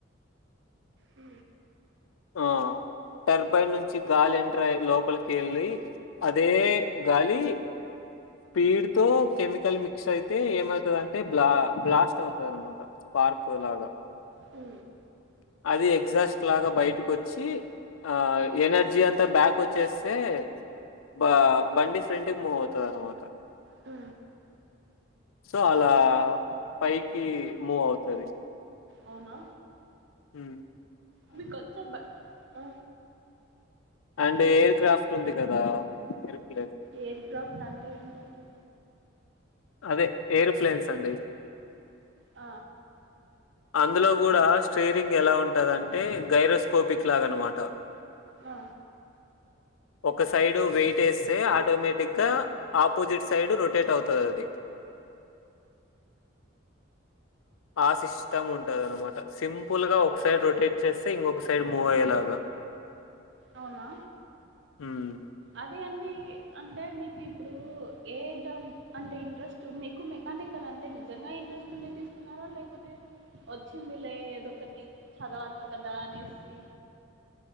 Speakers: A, on the right; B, on the left.
A: ఊ
B: ఆ టర్బైన్ నుంచి గాలి ఎంటర్ అయ్యి లోపలికెళ్ళి అదే గాలి పీడ్ తో కెమికల్ మిక్స్ అయితే ఏమవుతాది అంటే బ్లా బ్లాస్ట్ అవుతాయి అనమాట పార్కొ లగా
A: హూ
B: అది ఎగ్సాస్ట్ లాగా బయటకొచ్చి ఆ ఎనర్జీ అంతా బ్యాక్ వచ్చేస్తే బా బండి ఫ్రెంటుకి మువ్ అవుతాయి అనమాట
A: ఊ
B: సో అలా పైకి మూవ్ అవుతది
A: అవునా
B: హ్
A: మీ కొత్త బా ఆ
B: అండ్ ఎయిర్ క్రాఫ్ట్ ఉంది కదా ఏరోప్లేన్
A: ఎయిర్ క్రాఫ్ట్ అంటే ఏంటండి
B: అదే ఏరోప్లేన్స్ అండి
A: ఆ
B: అందులో కూడా స్ట్రీరింగ్ ఎలా ఉంటందంటే గైరోస్కోపిక్ లాగా అనమాట
A: ఆ
B: ఒక సైడు వెయిట్ వేస్తే ఆటోమేటిక్గా ఆపోజిట్ సైడ్ రొటేట్ అవుతది అది ఆ సిష్ స్టం ఉంటదన్నమాట సింపుల్ గా ఒక సైడ్ రొటేట్ చేస్తే ఇంకొక సైడ్ మూవ్ అయ్యేలాగా
A: అవునా
B: మ్
A: అదే అండి అంటే మీకు ఇప్పుడు ఏ జాబ్ అంటే ఇంట్రెస్ట్ మీకు మెకానికల్ అంటే నిజంగా ఇంట్రెస్ట్ ఉంది తీ తున్నారా లేకపోతే వచ్చింది లే ఏదొ ఒకటి చదువలి కదా అనేసి